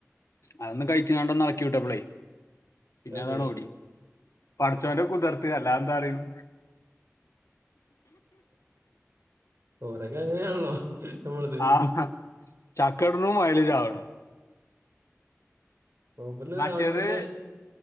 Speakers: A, on the left; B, on the right.
A: അതൊന്ന് കഴിച്ച്കാണ്ടൊന്ന് എളക്കി വിട്ടപ്പളേ പിന്നെ
B: അതെ
A: അതാണ് ഓടി പഠച്ചോന്റെ കുതർത്ത് അല്ലാതെന്തറിയണു
B: ഓരക്കെ അങ്ങനെയാണല്ലോ നമ്മളത്
A: ആഹ ചക്ക ഇടണു മൊയല് ചാവണു
B: നോക്കില്ല
A: മറ്റേത്
B: രാവിലെ തന്നെ